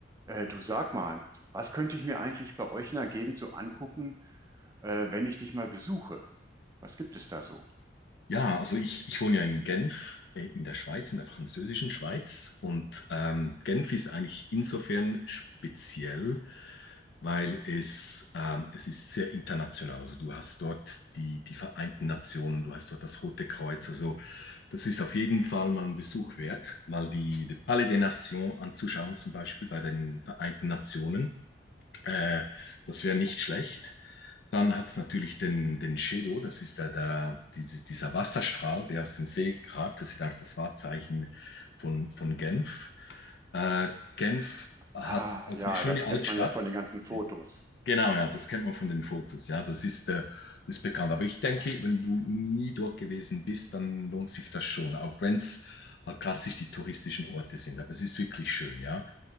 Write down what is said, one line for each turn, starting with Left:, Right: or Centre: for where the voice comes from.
Right: Äh, du sag mal, was könnte ich mir eigentlich bei euch in der Gegend so angucken, äh, wenn ich dich mal besuche? Was gibt es da so?
Left: Ja, also ich, ich wohne ja in Genf, äh, in der Schweiz, in der französischen Schweiz. Und ähm, Genf ist eigentlich insofern speziell, weil es, ähm, es ist sehr international. Also du hast dort die, die Vereinten Nationen, du hast dort das Rote Kreuz. Also das ist auf jeden Fall mal ein Besuch wert, mal die, die Palais des Nations anzuschauen, zum Beispiel bei den Vereinten Nationen. Äh, das wäre nicht schlecht. Dann hat's natürlich den, den Shedo, das ist der, der, diese, dieser Wasserstrahl, der aus dem See ragt. Das ist eigentlich das Wahrzeichen von, von Genf. Äh, Genf
Right: Ah,
Left: hat auch
Right: ja,
Left: eine schöne
Right: das
Left: Altstadt.
Right: kennt man ja von den ganzen Fotos.
Left: Ja, Genau, ja, das kennt man von den Fotos. Ja, das ist, äh, das ist bekannt. Aber ich denke, wenn du nie dort gewesen bist, dann lohnt sich das schon, auch wenn es halt klassisch die touristischen Orte sind. Aber es ist wirklich schön, ja.